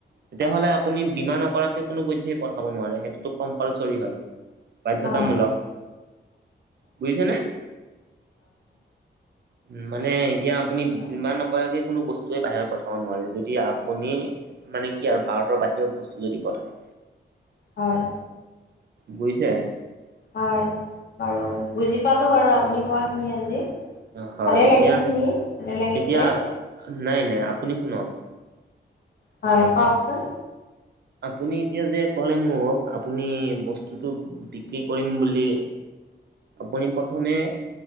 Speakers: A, on the right; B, on the left.
A: তেতিয়াহ'লে আপুনি বীমা নকৰাকে কোনো পধ্যেই পঠাব নোৱাৰে সেইটোতো কম্পালচৰি হয় বাধ্যতামূলক
B: হয়
A: বুজিছানে উম মানে এতিয়া আপুনি
B: হয়
A: বীমা নকৰাকে কোনো বস্তুৱে বাহিৰ পঠা পঠাব নোৱাৰে, যদি আপুনি মানে কি আৰু ভাৰতৰ বাহিৰত বস্তু যদি পঠায়
B: হয়
A: বুজিছে
B: হয় বাৰু বুজি পালোঁ বাৰু আপুনি কোৱাখিনি আজি।
A: হয়
B: ভালে লাগিল
A: এতিয়া
B: শুনি ভালে লাগিছে।
A: এতিয়া নাই নাই আপুনি শুনক
B: হয় কওকচোন
A: আপুনি এতিয়া যে ক'লে মোক আপুনি বস্তুটো বিক্ৰী কৰিম বুলি আপুনি প্ৰথমে